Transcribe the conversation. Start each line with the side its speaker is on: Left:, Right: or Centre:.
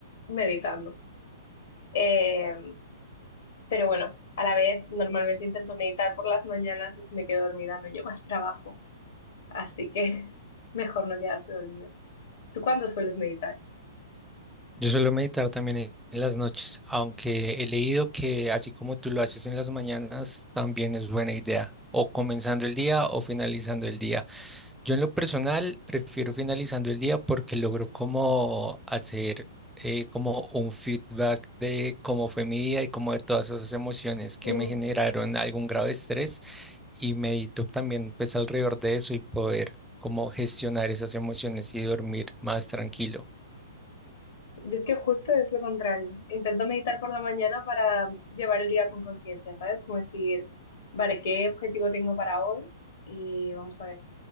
Left: meditando. Eh, pero bueno, a la vez normalmente intento meditar por las mañanas y si me quedo dormida no llego al trabajo, así que <laughs> mejor no quedarse dormido. ¿Tú cuándo sueles meditar?
Centre: Yo suelo meditar también en en las noches, aunque he leído que así como tú lo haces en las mañanas, también es buena idea, o comenzando el día o finalizando el día. Yo en lo personal prefiero finalizando el día porque logro como hacer eh, como un feedback de cómo fue mi día y como de todas esas emociones que
Left: Mm.
Centre: me generaron algún grado de estrés y medito también pues alrededor de eso y poder como gestionar esas emociones y dormir más tranquilo.
Left: Yo es que justo es lo contrario. Intento meditar por la mañana para llevar el día con conciencia, ¿sabes? Como decir, vale, ¿qué objetivo tengo para hoy? Y vamos a ver.